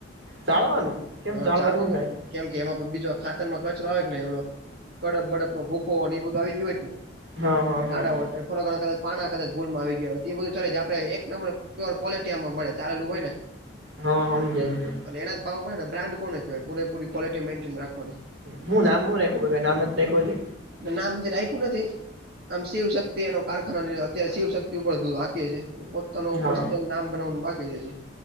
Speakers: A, on the right; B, on the right.
A: ચાળવાનું. કેમ
B: હ
A: ચાળવાથી
B: ચારવું
A: હું થાય
B: <inaudible> કેમ કે એમાં બીજો ખાતરમાં કચરો આવે કે નહી ઓલો કડપ બડપનો ભૂકો અને એ બધું આવી ગય હોય કે નહી.
A: હા હા
B: નાના
A: હા
B: હોય થોડાક ઘણા કદચ પા કદાચ ભૂલમાં આવી ગયા હોય એ બધું ચલે છે, આપણે એક નંબર પર કો્લિટી આમાં મળે ચાલેું હોય ને.
A: હા હમ જઈએ.
B: એટ એ જ ભાવ મળેને બ્રાન્ કોને કહેય પૂરે પૂરી ક્ોલિટી મેઇન્ટનખવાની.
A: હું નામ હું રાેખું નામ જ રખું છે.
B: નાજ રાયકું ના તે. આમ શિવ શક્તિ એનો કારખાના અત્યારે શિવશક્તિ ઉપર બધું આીએ છીએ પોતાનો.
A: હા
B: નામ બનાવવાનું બાકી છે.